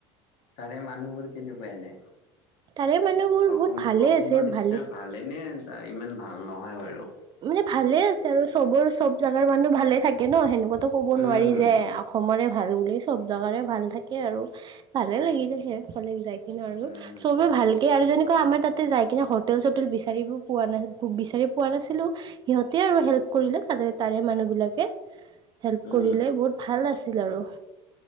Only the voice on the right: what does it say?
তাৰে মানুহবোৰ
বহুত ভালে
আছে
ভালে
মানে ভালে আছে আৰু চবৰ চব জেগাৰ মানুহ ভালে থাকে ন, সেনেকুৱা। ত, ক'ব
নোৱাৰি যে, অসমৰে ভাল বুলি চব জোগাৰে ভাল থাকে আৰু। ভালে লাগি থাকে, কলে যাই কিনে আৰু
চবে ভাল এই আৰু যেনেকুৱা আমাৰ তাতে যাই কিনে হোটেল চোটেল বিচাৰিও পোৱা নাই, বিচাৰি পোৱা না ছিলো সিহঁতে আৰু হেল্প কৰিলে তাতে তাৰে মানুহ বিলাকে হেল্প
কৰিলে, বহুত ভাল আছিল আৰু।